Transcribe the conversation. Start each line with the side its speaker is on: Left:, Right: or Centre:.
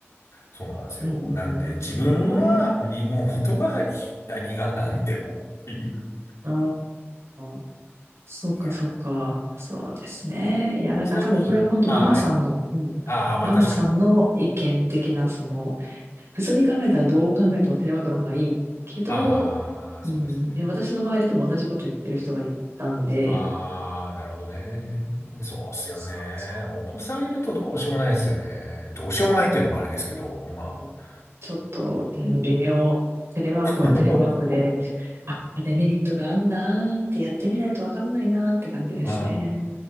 Left: そうなんですよ。
Right: うんうん、
Left: なんで自分はリモートがいい、
Right: なるほどね。
Left: 何が何でもっていう。
Right: ああ、そうかそうか。
Left: いやー、
Right: そうですね。いや、だから多分これは本当ママさんの、
Left: ちなみに、ああ、はい。
Right: うん。
Left: ああ、まあ確かに。
Right: ママさんの意見的な、その、普通に考えたらどう考えてもテレワークの方がいいけど、
Left: ああ、
Right: うん。
Left: そうですね。
Right: いや、私の周りでも同じこと言ってる人がいたんで、
Left: ああ、なるほどね。そうっすよね。
Right: そうそ
Left: お子さんいるとどうしようもないですよね。どうしようもないっていうのもあれですけど、
Right: う。
Left: まあ。
Right: うんちょっと、うん微妙。テレワークはテレワークで、
Left: <laughs>
Right: あ、デメリットがあんなーってやってみないとわかんないなーって感じですね。
Left: あ